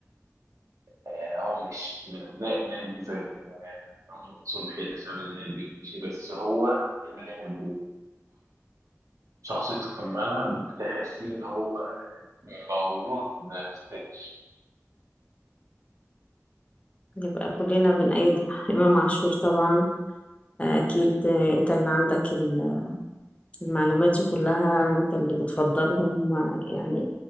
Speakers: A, on the right; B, on the left.
A: آه، هو مش من أبناء النادي زي رمضان صبحي اللي ساب النادي ومشي بس هو اللعب و- وشخصيته في الملعب بتحسيه ان هو مولود ده في ستيتش
B: يبقى كلنا بنأيد <laughs> إمام عاشور طبعا آه، أكيد آه، أنت اللي عندك ال- المعلومات دي كلها أنت اللي بتفضلهم آه، يعني